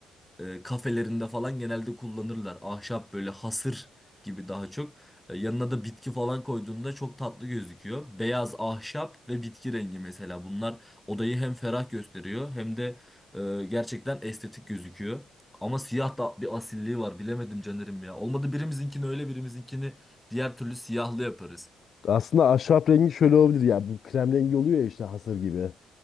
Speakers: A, in the centre; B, on the left (about 55°).
A: e, kafelerinde falan genelde kullanırlar. Ahşap böyle hasır gibi daha çok. E, yanına da bitki falan koyduğunda çok tatlı gözüküyor. Beyaz ahşap ve bitki rengi mesela bunlar odayı hem ferah gösteriyor hem de e, gerçekten estetik gözüküyor. Ama siyah da bir asilliği var bilemedim Caner'im ya. Olmadı birimizinkini öyle birimizinkini diğer türlü siyahlı yaparız.
B: Aslında ahşap rengi şöyle olabilir ya bu krem rengi oluyor ya işte hasır gibi.